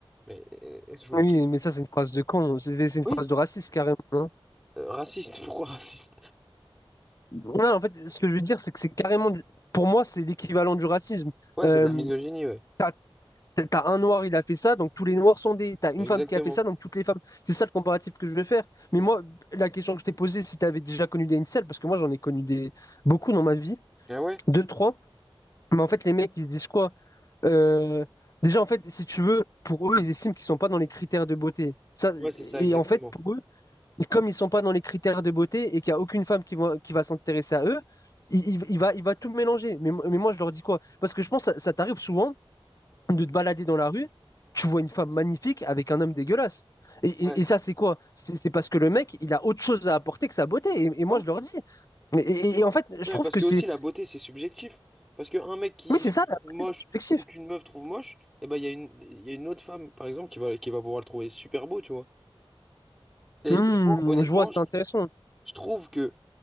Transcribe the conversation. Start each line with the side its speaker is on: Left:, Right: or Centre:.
Centre: Mais euh, je-
Left: Oui, mais ça, c'est une phrase de con. C'est c'est une
Centre: oui,
Left: phrase de raciste, carrément. hein.
Centre: euh, raciste, <laughs> pourquoi raciste?
Left: Ouais, en fait, ce que je veux dire, c'est que c'est carrément, du- pour moi, c'est l'équivalent du racisme.
Centre: Ouais,
Left: Euh,
Centre: c'est de la misogynie, ouais.
Left: t'as, t'as- t'as un noir, il a fait ça, donc tous les noirs sont des. T'as une
Centre: Exactement.
Left: femme qui a fait ça, donc toutes les femmes. C'est ça le comparatif que je veux faire. Mais
Centre: Et-
Left: moi, la question que je t'ai posée, si t'avais déjà connu des incels, parce que moi, j'en ai connu des beaucoup dans ma vie,
Centre: Ah ouais?
Left: deux, trois. Mais en fait, les mecs, ils se disent quoi? Euh, déjà, en fait, si tu veux, pour eux, ils estiment qu'ils sont pas dans les critères de beauté. Ça,
Centre: Ouais, c'est
Left: et
Centre: ça, exactement.
Left: en fait, pour eux, et comme ils sont pas dans les critères de beauté et qu'il n'y a aucune femme qui va, qui va s'intéresser à eux, il, il- il va, il va tout mélanger. Mais, mais moi, je leur dis quoi? Parce que je pense que ça, ça t'arrive souvent de te balader dans la rue, tu vois une femme magnifique avec un homme dégueulasse. Et, et-
Centre: Ouais.
Left: et ça, c'est quoi? C'est c'est parce que le mec, il a autre chose à apporter que sa beauté. Et, et moi,
Centre: Ouais.
Left: je leur dis. Et, et- et en fait, je
Centre: Ouais,
Left: trouve
Centre: parce
Left: que
Centre: que
Left: c'est...
Centre: aussi la beauté c'est subjectif. Parce qu'un mec qui
Left: Oui, c'est ça,
Centre: se trouve
Left: la beauté,
Centre: moche
Left: c'est subjectif.
Centre: ou qu'une meuf trouve moche, et ben il y a une, il y a une autre femme par exemple qui va, qui va pouvoir le trouver super beau, tu vois. Et,
Left: Hmm,
Centre: et moi honnêtement,
Left: je vois, c'est
Centre: je,
Left: intéressant.
Centre: je trouve que,